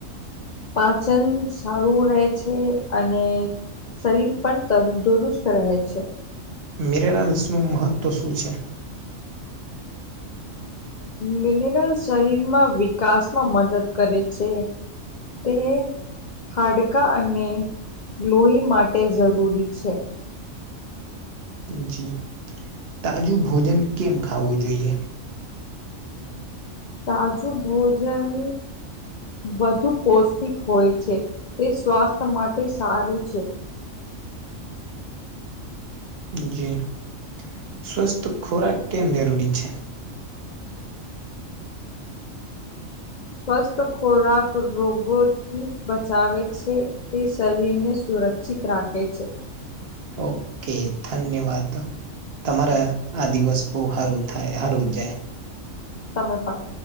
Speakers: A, on the left; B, on the right.
A: પાચન સારું રહે છે અને શરીર પણ તંદુરસ્ત રહે છે.
B: મિરરલ્સનું મહત્ત્વ શું છે?
A: મિનરલ શરીરમાં વિકાસમાં મદદ કરે છે. તે હાડકા અને લોહી માટે જરૂરી છે.
B: જી તાજુ ભોજન કેમ ખાવું જોઈએ?
A: તાજુ ભોજન વધુ પૌષ્ટિક હોય છે તે સ્વાસ્થ્ય માટે સારું છે.
B: જી સ્વસ્થ ખોરાક કેમ જરૂરી છે.
A: સ્વસ્થ ખોરાક રોગોથી બચાવે છે. તે શરીરને સુરક્ષિત રાખે છે.
B: ઓકે ધન્યવાદ તમારા આ દિવસ બહુ સારું થાય હારું જાય
A: તમેળ પણણ